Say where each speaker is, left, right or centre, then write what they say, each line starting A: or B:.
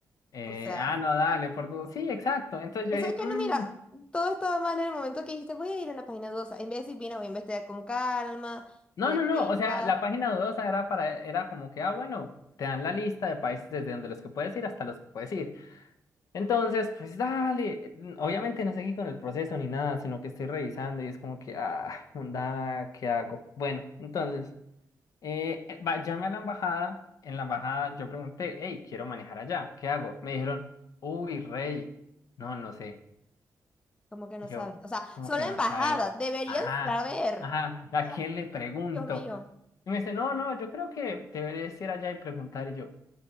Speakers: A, on the left; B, on the left.
A: eh,
B: O sea,
A: ah, no, dale, por dudas. Sí, exacto. Entonces yo
B: eso
A: dije,
B: es que
A: "Mm,
B: no, mira, todo estaba mal en el momento que dijiste, voy a ir a una página dudosa. En vez de decir, mira, voy a investigar con calma,
A: No,
B: voy
A: no,
B: a
A: no,
B: revisar.
A: o sea, la página dudosa era para, era como que, ah, bueno, te dan la lista de países desde donde los que puedes ir hasta los que puedes ir. Entonces, pues dale, mm, obviamente no seguí con el proceso ni nada, sino que estoy revisando y es como que, ah, onda, ¿qué hago? Bueno, entonces, eh, eh, va- llamé a la embajada, en la embajada yo pregunté, hey, quiero manejar allá, ¿qué hago? Me dijeron, uy, rey, no, no sé.
B: Como que no
A: Y yo,
B: saben. O sea,
A: como
B: solo
A: que
B: la
A: no
B: embajada,
A: sabes,
B: deberían
A: ajá,
B: saber.
A: ajá, ¿a
B: Eh,
A: quién le pregunto?
B: Dios mío,
A: Y me dice, no, no, yo creo que deberías ir allá y preguntar. Y yo,